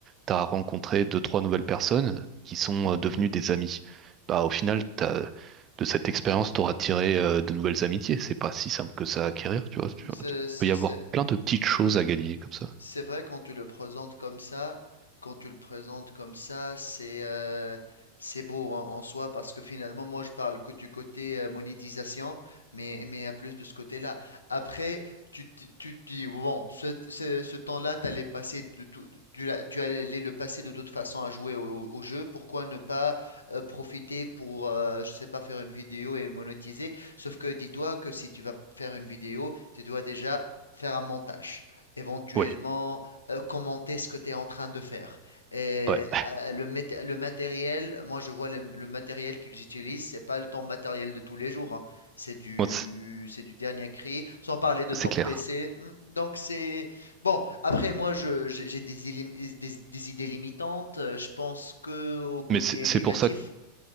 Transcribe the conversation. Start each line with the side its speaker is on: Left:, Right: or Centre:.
Right: t'as rencontré deux, trois nouvelles personnes qui sont euh, devenues des amis. Bah, au final, t'as, de cette expérience, t'auras tiré euh, de nouvelles amitiés. C'est pas si simple que ça à acquérir, tu vois. Tu vois.
Left: c'est,
Right: Il peut y avoir plein de petites choses à gagner comme ça.
Left: C'est vrai quand tu le présentes comme ça, quand tu le présentes comme ça, c'est euh, c'est beau en, en soi parce que finalement moi je parle que du côté euh, monétisation, mais mais à plus de ce côté-là. Après tu te tu te dis bon ce, ce, ce temps-là t'allais passer de tout, tu, l'as- tu allais le passer de toute façon à jouer au, au- au jeu. Pourquoi ne pas euh, profiter pour euh, je sais pas faire une vidéo et monétiser? Sauf que dis-toi que si tu vas faire une vidéo, tu dois déjà faire un montage éventuellement
Right: Oui,
Left: euh, commenter ce que tu es en train de faire. Et
Right: ouais. <laughs>
Left: euh, le, mét- le matériel, moi je vois le, le matériel qu'ils utilisent, c'est pas le ton matériel de tous les jours, hein. C'est du,
Right: Moi, c'est
Left: c'est du dernier cri, sans parler de
Right: c'est
Left: ton
Right: clair.
Left: PC. Hmm, Donc c'est bon. Après moi je, j'ai j'ai des, élim- des, des idées limitantes. euh, Je pense que au côté
Right: Mais c'est c'est
Left: négatif.
Right: pour ça